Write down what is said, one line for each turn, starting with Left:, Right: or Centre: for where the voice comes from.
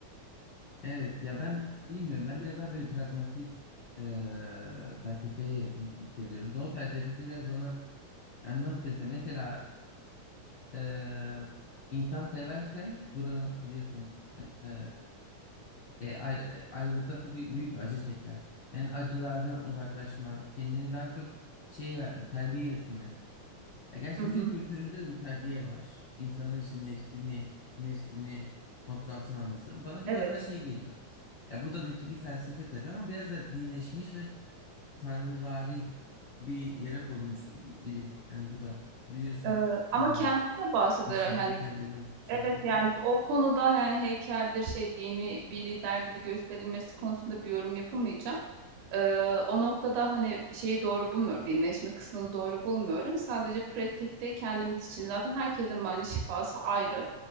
Left: evet ya ben bilmiyorum ben biraz daha böyle pragmatist e, felsefeye yakın hissediyorum. Doğu felsefesi biraz bana yani nasıl desem mesela e, insan severse Buda'nın biliyorsun e, E, ayrı- e, ayrılıktan sonra bir, büyük bir acı çeker. Yani acılardan uzaklaşma, kendini daha çok şey verme, terbiye etme. Ya gerçi
Right: Hı
Left: bizim
Right: hı.
Left: kültürümüzde de bu terbiye var. İnsanın işte nefsini, nefsini kontrol altına alması. Bana biraz
Right: Evet.
Left: daha şey geliyor. Ya Buda'nınki bir felsefe tabii ama biraz da dinleşmiş ve tanrıvari bir yere konulmuş bir, bir- biri. Yani Buda. Biliyorsun
Right: Eee, ama
Left: e,
Right: kendisi de bahseder,
Left: işte
Right: yani.
Left: heykelleri olsun, şeyleri
Right: Evet
Left: olsun.
Right: yani o konuda yani heykeldir şey dini bir lider gibi gösterilmesi konusunda bir yorum yapamayacağım. Ee, o noktada hani şeyi doğru bulmuyorum. Dinleşme kısmını doğru bulmuyorum. Sadece pratikte kendimiz için zaten herkesin bence şifası ayrı.